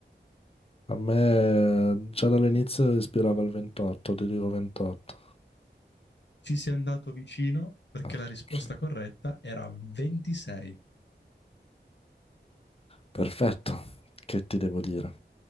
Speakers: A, on the left (about 30°); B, on the left (about 70°).
A: A me eh, già dall'inizio ispirava il 28, ti dico 28.
B: Ci sei andato vicino perché
A: Ah,
B: la risposta
A: sì.
B: corretta era 26.
A: Perfetto, che ti devo dire?